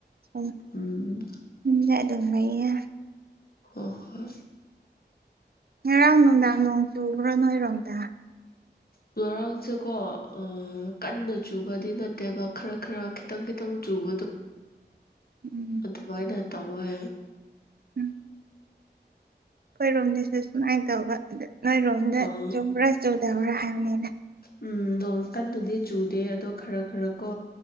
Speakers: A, on the right (about 60°); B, on the left (about 60°).
A: ꯁꯨꯝ
B: ꯎꯝ
A: ꯌꯨꯝꯗ꯫ ꯂꯩꯌꯦ꯫
B: ꯑꯣ ꯍꯣꯏ꯫
A: ꯉꯔꯥꯡ ꯅꯨꯡꯗꯥꯡ ꯅꯣꯡ ꯆꯨꯕ꯭ꯔꯣ ꯅꯣꯏꯔꯣꯝꯗ꯫
B: ꯍ ꯉꯔꯥꯡꯁꯦꯀꯣ ꯀꯟꯅ ꯆꯨꯕꯗꯤ ꯅꯠꯇꯦꯕ ꯈꯔ ꯈꯔ ꯈꯤꯇꯪ ꯈꯤꯇꯪ ꯆꯨꯕꯗꯣ
A: ꯎꯝ
B: ꯑꯗꯨꯃꯣꯏꯅ ꯇꯒꯋꯦ
A: ꯎꯝ ꯑꯩꯈꯣꯏꯔꯣꯝꯗꯁꯨ ꯁꯨꯃꯥꯏꯅ ꯇꯧꯕ ꯑꯗ ꯅꯣꯏꯔꯣꯝꯗ
B: ꯑꯥ
A: ꯆꯨꯕ꯭ꯔꯥ ꯆꯨꯗꯕ꯭ꯔꯥ ꯍꯥꯏꯕꯅꯤꯅ
B: ꯎꯝ ꯅꯣꯡ ꯀꯟꯅꯗꯤ ꯆꯨꯗꯦ ꯑꯗꯣ ꯈꯔ ꯈꯔ ꯀꯣ